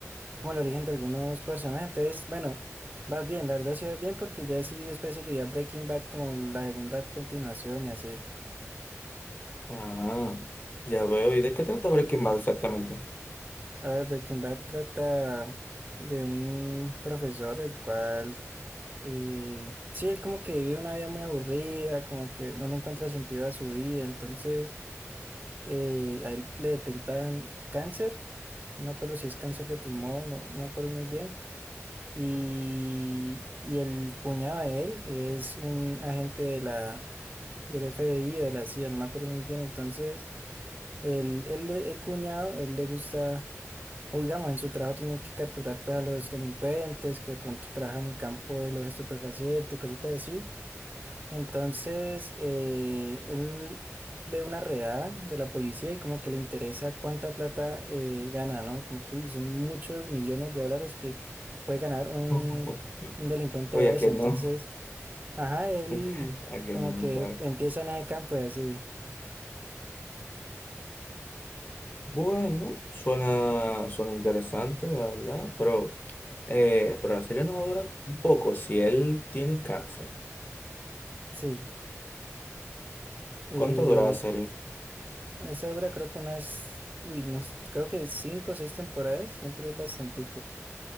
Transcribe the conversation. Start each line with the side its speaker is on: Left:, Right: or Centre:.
Right: como el origen de algunos personajes. Entonces, bueno, vas bien, la verdad sí vas bien porque ya sí después seguiría Breaking Bad como la segunda continuación y así.
Left: Ah, ya veo. ¿Y de qué trata Breaking Bad exactamente?
Right: A ver, Breaking Bad trata de un profesor el cual, eh, sí, él como que vive una vida muy aburrida, como que no le encuentra sentido a su vida, entonces eh, a él le detentan cáncer, no me acuerdo si es cáncer de pulmón, no, no me acuerdo muy bien. Y, y el cuñado de él es un agente de la, del FBI, o de la CIA, no me acuerdo muy bien. Entonces, el, el, el cuñado, él le gusta, o digamos, en su trabajo tiene que capturar pues, a los delincuentes que de pronto trabajan en el campo de los estupefacientes y cositas así. Entonces, eh, él ve una redada de la policía y como que le interesa cuánta plata eh, gana, ¿no? Como que uy, son muchos millones de dólares que puede ganar un,
Left: <laughs>
Right: un delincuente
Left: Oye,
Right: de
Left: ¿a
Right: eso.
Left: quién
Right: Entonces,
Left: no,
Right: ajá, él
Left: <laughs> a quién
Right: como
Left: no,
Right: que
Left: claro.
Right: empieza en ese campo y así,
Left: Bueno, suena, suena interesante, la verdad, pero, eh, pero la serie no va a durar un poco si él tiene cáncer.
Right: sí. Eh,
Left: ¿Cuánto dura la serie?
Right: esa obra creo que unas, uy, unos- creo que cinco o seis temporadas, siempre es bastante.